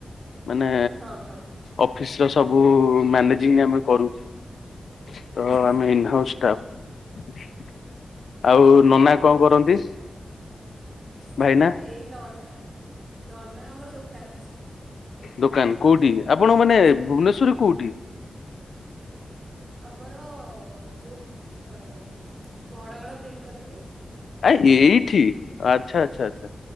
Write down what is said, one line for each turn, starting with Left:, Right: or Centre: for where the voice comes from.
Left: ମାନେ
Right: ହଁ ହଁ
Left: ଅଫିସର ସବୁ ମ୍ୟାନେଜିଂ ଆମେ କରୁ। ତ
Right: ବୁଝିଲି
Left: ଆମେ
Right: ହଁ
Left: ଇନହାଉସ୍ ଷ୍ଟାଫ୍। ଆଉ
Right: ହଁ
Left: ନନା କଣ କରନ୍ତି? ଭାଇନା
Right: ଏଇ ନନା, ନନା ଆମର ଦୋକାନ ଅଛି।
Left: ଦୋକାନ କୋଉଠି? ଆପଣ ମାନେ ଭୁବନେଶ୍ଵରରେ କୋଉଠି?
Right: ଆମର ଯୋଉ ଅଁ ବଡ଼ଗଡ଼ ବ୍ରିଡ଼୍ କଲୋନି?
Left: ଆଃ ଏଇଠି ଆଚ୍ଛା ଆଚ୍ଛା ଆଚ୍ଛା